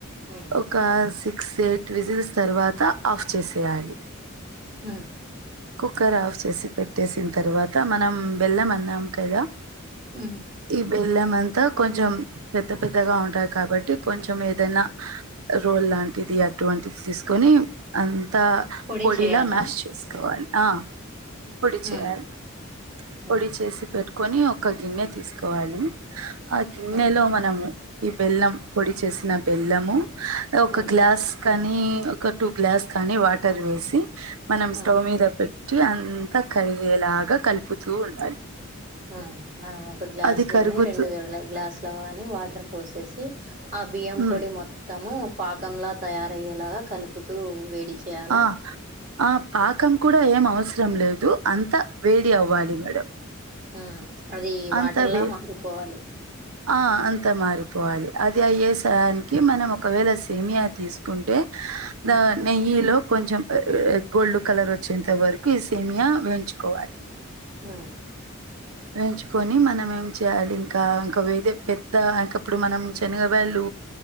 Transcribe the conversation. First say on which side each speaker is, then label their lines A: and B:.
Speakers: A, on the right (about 40°); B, on the right (about 80°).
A: ఉమ్
B: ఒక సేట్ విజిల్స్ తర్వాత ఆఫ్ చేసేయాలి
A: ఉమ్
B: కుక్కర్ ఆఫ్ చేసి పెట్టేసిన తర్వాత మనం బెల్లం అన్నాం కదా
A: ఉమ్
B: ఇ బెల్లమం అ కొంచెం పెద్ద పెద్దగా ఉంటాయి కాబట్టి కొంచెం ఏదైనా రోల్ లాంటిది అ అటువంటి తీసుకొని అ కొత్త
A: పొడి
B: పొడిలా
A: చేయాలా
B: మ్యాష్ చేసుకోవాలి ఆ పొడి చేయాలి
A: ఉమ్
B: పొడి
A: ఉమ్
B: చేసి పెట్టుకొని ఒక గిన్నె తీసుకోవాలి ఆ గిన్నెలో
A: ఉమ్
B: మనము ఈ బెల్లం పొడి చేసిన బెల్లము ఒక
A: ఉమ్
B: గ్లాస్ కానీ ఒక టూ గ్లాస్ కానీ వాటర్ వేసి మనం స్టవ
A: ఉమ్
B: మీద పెట్టి అంత కరిగేలాగా కలుపుతూ ఉండాలి
A: ఆ మనం ఒక గ్లాస్
B: అది కరుగుతూ
A: గాని రెండు గ్లాసు లో కాని వాటర్ పోసేసి ఆ బియ్యం
B: ఉమ్
A: పొడి మొత్తము పాకంలా తయారయ్యేలాగా కలుపుతూ వేడి చేయాల
B: ఆ ఆ పాకం కూడా ఏం అవసరం లేదు అంతా వేడి అవ్వాలి మేడం,
A: హు అది వాటర్లా
B: అంత వే
A: మరిపోవాలి,
B: ఆ అంతా మారిపోవాలి అది అయ్యేసానికి మనం ఒకవేళ సేమియా తీసుకుంటే,
A: హ్మ్.
B: ద నెయ్యి లో కొంచెం గోల్డ్ కలర్ వచ్చేంత వరకు ఈ సేమియా వేయించుకోవాలి,
A: ఉ
B: వేంచుకొని మనం ఏం చేయాలి ఇంకా ఒక ఏదే పెద్ద అంకప్పుడు మనం శనగవాళ్ళు